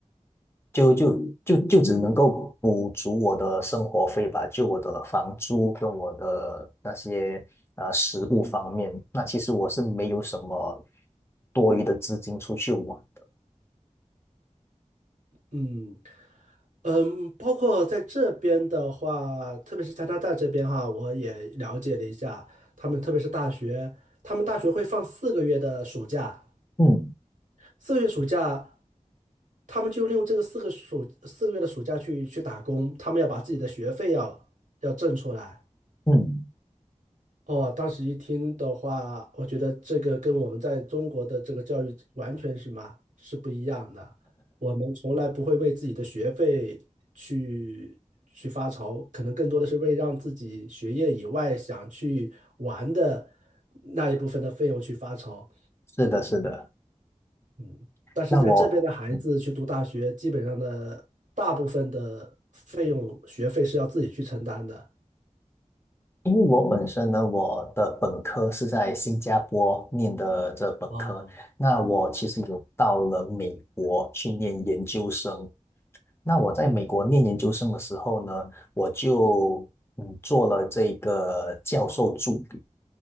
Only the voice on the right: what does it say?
嗯嗯，包括在这边的话，特别是加拿大这边哈，我也了解了一下，他们特别是大学，他们大学会放四个月的暑假，
四个月暑假，他们就利用这个四个暑四个月的暑假去去打工，他们要把自己的学费要要挣出来。
哦，当时一听的话，我觉得这个跟我们在中国的这个教育完全是嘛是不一样的。我们从来不会为自己的学费去去发愁，可能更多的是为让自己学业以外想去玩的那一部分的费用去发愁。
嗯，但是在这边的孩子去读大学，
基本上的大部分的费用学费是要自己去承担的。
哦，
嗯，